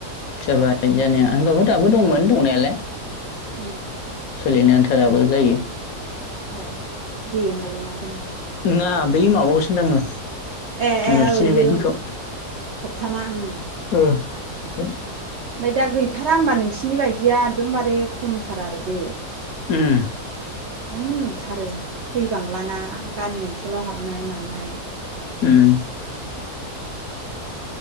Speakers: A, on the left; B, on the right.
A: जाबाय जानाया
B: हायेनावबो
A: होनोमबो दाबो दंमोन दंनायालाय।
B: ओम।
A: सोलिनो आन्था दाबो जायो।
B: औ दे होमबालाय मा थो।
A: नोङा बे माबागासिनो दङो।
B: ए ए
A: नोंसिनि
B: ओइयो
A: बायदिखौ
B: ओं खबथामा ओं
A: ओ बिखौ
B: ओमफ्राय दा गैथारा होनबा नोंसिनि बायदिया एकदमबारे खमथार आरो दे।
A: ओम।
B: खम नुथारो फैबांलाना गामि ओनसोलाव हाबनाय मानाय
A: ओम।